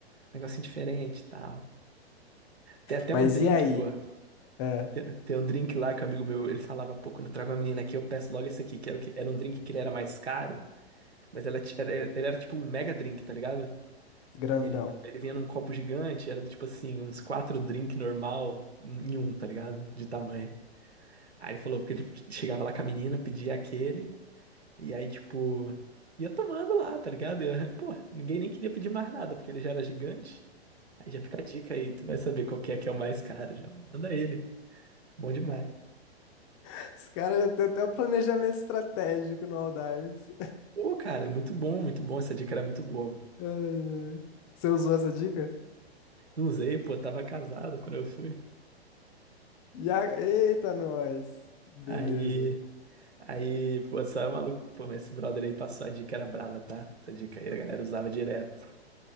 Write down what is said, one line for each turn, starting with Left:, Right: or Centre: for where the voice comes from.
Right: negocinho diferente e tal. Tem até
Left: Mas
Right: um drink,
Left: e aí?
Right: pô.
Left: É,
Right: Tem, tem um drink lá que um amigo meu, ele falava, pô, quando eu trago uma menina aqui, eu peço logo esse aqui, que era, o que, era um drink que ele era mais caro, mas ela, ti- era- ele era tipo um mega drink, tá ligado?
Left: grandão.
Right: Ele, ele vinha num copo gigante, era do tipo assim, uns quatro drink normal em um, tá ligado? De tamanho. Aí ele falou que ele chegava lá com a menina, pedia aquele. E aí, tipo, ia tomando lá, tá ligado? Eu- pô, ninguém nem queria pedir mais nada, porque ele já era gigante. Aí já fica a dica aí, tu vai saber qual que é que é o mais caro, já manda ele. Bom demais.
Left: <laughs> Os caras já têm até o planejamento estratégico no Audax.
Right: Pô, cara, é muito bom, muito bom, essa dica era muito boa,
Left: <laughs>
Right: mano.
Left: Ai, ai. Você usou essa dica?
Right: Não usei, pô, tava casado quando eu fui.
Left: E a... Eita, nós! Beleza.
Right: Aí, aí, pô, só é maluco, pô, mas esse brother aí passou a dica, era brava, tá? Essa dica aí a galera usava direto.